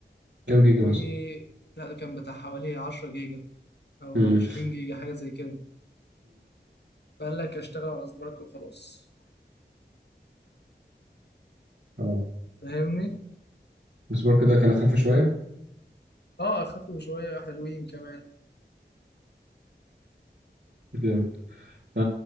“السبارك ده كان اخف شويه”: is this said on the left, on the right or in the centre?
Right